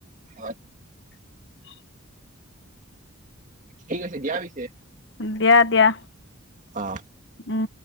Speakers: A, on the right; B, on the left.
A: আত
B: <inaudible>
A: ঠিক আছে দিয়া পিছে।
B: দিয়া দিয়া।
A: অ'।
B: উম